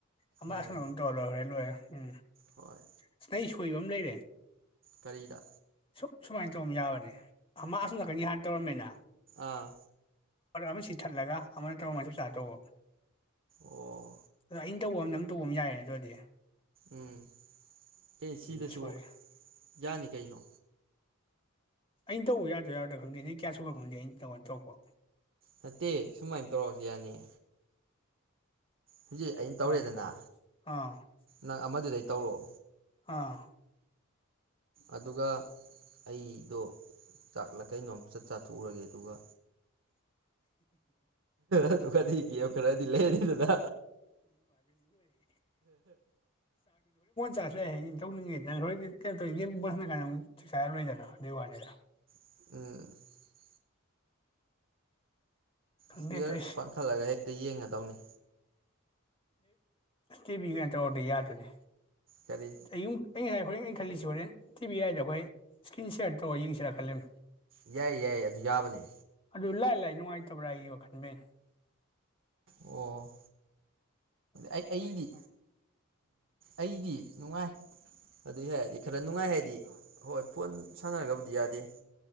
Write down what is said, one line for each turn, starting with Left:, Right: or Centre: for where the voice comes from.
Left: ꯑꯃ
Right: ꯎꯝ
Left: ꯑꯥꯁꯅ ꯑꯗꯨꯝ ꯇꯧꯔ ꯂꯣꯏꯔꯦ ꯂꯣꯢꯔꯦ ꯎꯝ
Right: ꯍꯣꯏ
Left: ꯑꯁ ꯅ ꯑꯩ ꯁꯣꯏꯕ ꯑꯃ ꯂꯩꯔꯦ
Right: ꯀꯔꯤꯗ
Left: ꯁꯨ ꯁꯨꯃꯥꯏꯅ ꯇꯧꯔꯝ ꯌꯥꯕꯅꯦ ꯃꯥ ꯑꯁꯨꯝ ꯅꯥꯀꯟꯒꯤ ꯍꯥꯟꯅ ꯇꯧꯔꯝꯃꯦꯅ
Right: ꯑꯥ
Left: ꯄ ꯑꯃ ꯁꯤꯊꯠꯂꯒ ꯑꯃꯅ ꯇꯔꯒ ꯑꯃ ꯆꯞ ꯆꯥ ꯇꯧꯕ
Right: ꯑꯣ
Left: ꯑꯗꯣ ꯑꯩꯅ ꯇꯧꯕ ꯑ ꯅꯝ ꯇꯧꯕ ꯑꯃ ꯌꯥꯏꯌꯦ ꯑꯗꯨ ꯑꯣꯏꯔꯗꯤ
Right: ꯎꯝ ꯀ ꯁꯤꯗꯁꯨ
Left: ꯎꯝ ꯁꯣꯏꯔꯦ
Right: ꯌꯥꯅꯤ ꯀꯩꯅꯣ
Left: ꯑꯩꯅ ꯇꯧꯕ ꯌꯥꯗ꯭ꯔꯥ ꯌꯥꯗ꯭ꯔ ꯈꯪꯗꯦ ꯅꯣꯏ ꯀꯌꯥ ꯁꯨꯕ ꯈꯪꯗꯦ ꯑꯩꯅ ꯇꯧꯉꯥꯟꯅ ꯇꯧꯕ
Right: ꯅꯠꯇꯦ ꯁꯨꯃꯥꯏꯅ ꯇꯧꯔꯛꯁꯨ ꯌꯥꯅꯤꯌꯦ ꯍꯧꯖꯤꯛ ꯑꯩꯅ ꯇꯧꯔꯦꯗꯅ
Left: ꯀꯃꯥꯏꯅ ꯑꯥ
Right: ꯅꯪ ꯑꯃꯗꯨꯗꯩ ꯇꯧꯔꯛꯑꯣ
Left: ꯑꯥ
Right: ꯑꯗꯨꯒ ꯑꯩꯗꯣ ꯆꯥꯛꯂ ꯀꯩꯅꯣꯝ ꯆꯠ ꯆꯥꯊꯣꯛꯎꯔꯒꯦ ꯑꯗꯨꯒ
Left: ꯍꯤꯍꯤ <inaudible>
Right: ꯑꯗꯨꯒꯗꯤ ꯒꯦꯝ ꯈꯔꯗꯤ ꯂꯩꯔꯅꯤꯗꯅ
Left: ꯆꯁꯦꯌꯦ ꯇꯧꯅꯤꯡꯉꯦꯗꯣꯏꯣꯁ ꯀꯥꯏꯗ ꯑꯃꯨꯛ ꯆꯥꯏꯔꯣꯏꯗꯅ ꯑꯗꯨ ꯋꯥꯅꯤꯗ <unintelligible>
Right: <inaudible>
Left: ꯈꯪꯗꯦ
Right: ꯁ꯭ꯄꯤꯀꯔ
Left: ꯇꯧꯏꯁꯦ
Right: ꯄꯥꯡꯈꯠꯂꯒ ꯍꯦꯛꯇ ꯌꯦꯡꯒꯗꯧꯅꯤ
Left: ꯇꯤ ꯕꯤ ꯅ ꯇꯧꯔꯗꯤ ꯌꯥꯗꯨꯅꯤ
Right: ꯀꯔꯤ
Left: ꯑꯌꯨꯝ <unintelligible> ꯑꯩꯅ ꯉꯁꯥꯏ ꯍꯣꯔꯦꯟ ꯑꯩꯅ ꯈꯜꯂꯤꯁꯤ ꯍꯣꯔꯦꯟ ꯇꯤꯚꯤ ꯍꯥꯏꯏꯗ ꯑꯩꯈꯣꯏ ꯏꯁꯀ꯭ꯔꯤꯟ ꯁꯤꯌꯥꯔ ꯇꯧꯔ ꯌꯦꯡꯁꯤꯔꯥ ꯈꯜꯂꯤꯅꯤ
Right: ꯌꯥꯏ ꯌꯥꯏ ꯑꯗꯨ ꯌꯥꯕꯅꯦ
Left: ꯑꯗꯨ ꯂꯥꯏ ꯂꯥꯏ ꯅꯨꯡꯉꯥꯏꯇꯕ꯭ꯔꯥ ꯑꯩ ꯋꯥꯈꯜ ꯅꯤ
Right: ꯑꯣ ꯑꯩ ꯑꯩꯗꯤ ꯑꯩꯗꯤ ꯅꯨꯡꯉꯥꯏ ꯑꯗꯨꯏ ꯌꯥ ꯍꯥꯏꯔꯗꯤ ꯈꯔ ꯅꯨꯡꯉꯥꯏ ꯍꯥꯏꯔꯗꯤ ꯍꯣꯏ ꯐꯣꯟ ꯁꯥꯟꯅꯔꯒꯕꯨꯗꯤ ꯌꯥꯗꯦ